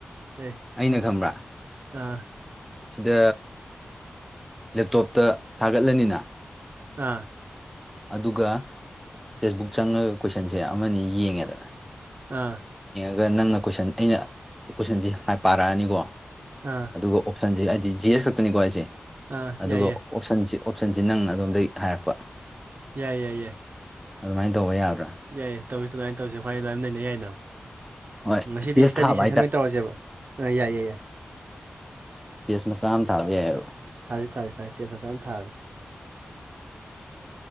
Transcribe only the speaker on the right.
ꯑꯦ
ꯑꯥ
ꯑ
ꯑꯥ
ꯑꯥ
ꯑꯥ
ꯌꯥꯏ ꯌꯥꯏ
ꯌꯥꯏ ꯌꯥꯏ ꯌꯥꯏ
ꯌꯥꯏꯌꯦ ꯇꯧꯔꯤꯁꯤ ꯑꯗꯨꯃꯥꯏꯅ ꯇꯧꯁꯁꯤ ꯈ꯭ꯋꯥꯏ ꯂꯃꯥꯏꯅ ꯅꯩꯅꯩ ꯌꯥꯏ ꯅ
ꯉꯁꯤꯗꯤ
ꯏꯁꯇꯗꯤ
ꯁꯦꯁꯟ ꯑꯣꯏꯅ ꯇꯧꯔꯁꯦꯕ ꯑ ꯌꯥꯏ ꯌꯥꯏ ꯌꯥꯏ
ꯊꯥꯁꯤ ꯊꯥꯁꯤ ꯊꯥꯏꯁꯤ ꯇꯦꯁ ꯃꯁ ꯑꯃ ꯊꯥꯖꯁꯤꯦ